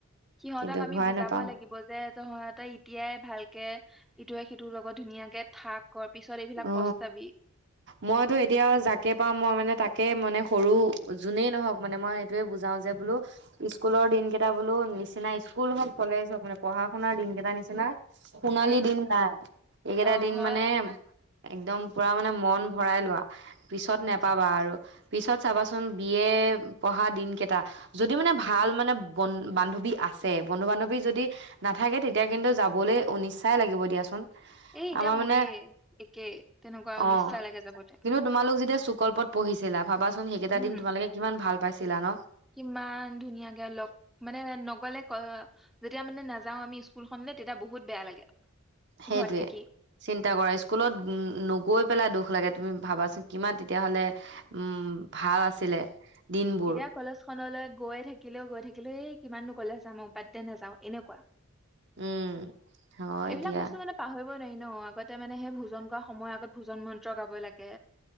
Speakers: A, in the centre; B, on the right (about 55°).
A: সিহঁতক
B: কিন্তু
A: আমি
B: ঘূৰাই
A: বুজাবই
B: নাপাও
A: লাগিব যে তহঁতে এতিয়াই ভালকে ইটোৱে সিটো লগ ধুনীয়াকে থাক পিছত এইবিলাক
B: অ
A: পস্তাবি
B: মইতো এতিয়া জাকে পাওঁ মই মানে তাকে মানে সৰু যোনেই নহওঁক মানে মই সেইটোৱে বুজাও যে বোলো স্কুলৰ দিনকেইটা বোলো নিচিনা স্কুল হওঁক কলেজ হওঁক মানে পঢ়া শুনাৰ দিন কেইটা নিচিনা সোণালী
A: উম
B: দিন নাই এইকেইটা
A: অ
B: দিন
A: হয়
B: মানে একদম পুৰা মানে মন ভৰাই লোৱা। পিছত
A: উম
B: নেপাবা আৰু। পিছত চাবাচোন বি এ পঢ়া দিনকেইটা। যদি মানে
A: উম
B: ভাল মানে বন বান্ধৱী আছে বন্ধু বান্ধৱী যদি নাথাকে তেতিয়া কিন্তু যাবলৈ অনিশ্চাই লাগিব দিয়াচোন।
A: এ এতিয়া
B: আমাৰ
A: মোৰে
B: মানে
A: কে তেনেকোৱাও
B: অ
A: অনিচ্ছা লাগে যাবলে।
B: কিন্তু তোমালোক যেতিয়া চুকল্পত পঢ়িছিলা। ভাবাচোন সেইকেইটা
A: উম
B: দিন তোমালোকে কিমান ভাল পাইছিলা ন
A: কিমান ধুনীয়াকে লগ মানে ক'লে যেতিয়া মানে নাযাওঁ আমি স্কুলখনলে তেতিয়া বহুত বেয়া লাগে।
B: সেইটোয়ে
A: ঘৰত থাকি
B: চিন্তা কৰা স্কুলত নগৈ পেলাই দুখ। দুখ লাগে তুমি ভাবাচোন কিমান তেতিয়া হ'লে উম ভাল আছিলে দিনবোৰ
A: এতিয়া কলেজ খনলৈ গৈ থাকিলেও গৈ থাকিলেও এই কিমান নু কলেজ যাম বাদদে নাযাও এনেকোৱা
B: উম হয়
A: এইবিলাক
B: দিয়া
A: বস্তু মানে পাহৰি ব নোৱাৰি ন আগতে মানে সেই ভোজন কৰা সময়ৰ আগত ভোজন মন্ত্ৰ গাবই লাগে